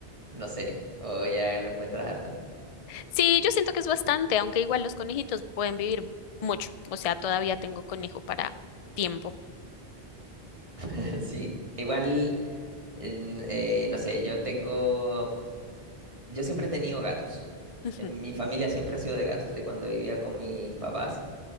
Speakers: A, on the right; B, on the left.
A: No sé, o ya lo encuentras harto.
B: Sí, yo siento que es bastante, aunque igual los conejitos pueden vivir mucho. O sea, todavía tengo conejo para tiempo.
A: <laughs> Sí, igual, en- eh, no sé, yo tengo, yo siempre he tenido gatos.
B: <laughs> Ujú,
A: En mi familia siempre ha sido de gatos, de cuando vivía con mis papás.